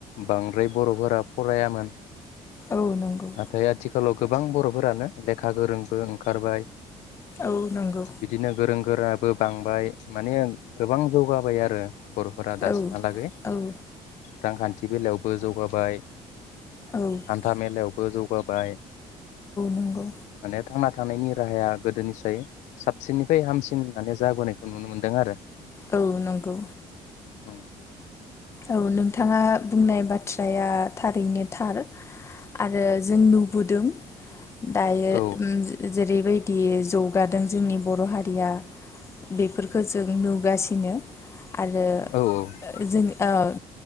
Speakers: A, on the left (about 80°); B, on the left (about 25°).
A: बांद्राय बर'फोरा फरायामोन।
B: औ नंगौ
A: नाथाइ आथि खालाव गोबां बर'फोरानो लेखा गोरोंबो ओंखारबाय।
B: औ नंगौ।
A: बिदिनो गोरों गोराबो बांबाय माने ओंक गोबां जौगाबाय आरो। बर'फोरा दासिमहालागै।
B: औ औ
A: रांखान्थि बेलायावबो जौगाबाय।
B: औ
A: हान्था मेलायाव बो जौगाबाय
B: नंगौ
A: माने। थांना थानायनि राहाया गोदोनिसाय, साबसिननिफ्राय हामसिन माने जाबोनायखौ नुनो मोनदों आरो।
B: औ नंगौ।
A: उम।
B: औ नोंथाङा बुंनाय बाथ्राया थारैनो थार। आरो जों नुबोदों। दायो
A: औ
B: उम जे जेरैबायदि जौगादों। जोंनि बर' हारिया बेफोरफोरखौ जों नुगासिनो। आरो
A: औ
B: जों आव